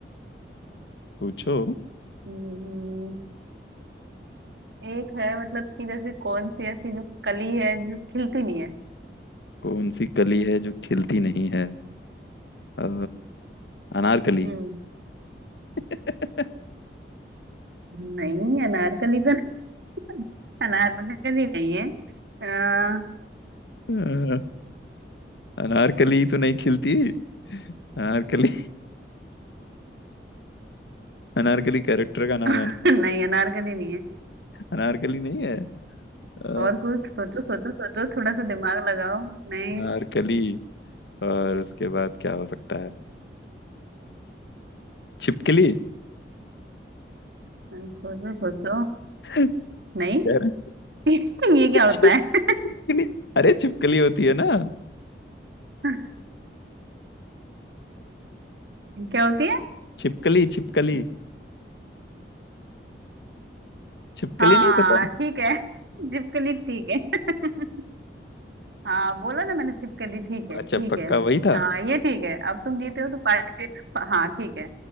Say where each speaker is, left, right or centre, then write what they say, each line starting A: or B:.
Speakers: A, on the left (about 75°); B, on the right (about 75°).
A: पूछो
B: हम्म, एक है मतलब कि जैसे कौन सी ऐसी जो कली है जो खिलती नहीं है
A: कौन सी कली है जो खिलती नहीं है अ, अनारकली
B: हम्म
A: <laughs>
B: नहीं अनारकली तो नहीं- <laughs> अनारकली नहीं है अ,
A: अ, अनारकली तो नहीं खिलती अनारकली अनारकली कैरेक्टर का नाम
B: <laughs>
A: है ना
B: नहीं अनारकली नहीं है
A: अनारकली नहीं है अ,
B: और कुछ सोचो सोचो सोचो थोड़ा सा दिमाग लगाओ नहीं
A: अनारकली और उसके बाद क्या हो सकता है छिपकली
B: सोचो सोचो
A: कह
B: नहीं
A: रहा-
B: <laughs> ये क्या
A: <laughs>
B: होता
A: छिपकली
B: है
A: अरे छिपकली होती है ना
B: <laughs> क्या होती है
A: छिपकली छिपकली छिपकली
B: हाँ
A: नहीं पता
B: ठीक है <laughs> छिपकली ठीक है <laughs> हाँ बोला ना मैंने छिपकली ठीक है
A: अच्छा
B: ठीक
A: पक्का
B: है
A: वही था
B: हाँ ये ठीक है अब तुम जीते हो तो पार्टी हाँ ठीक है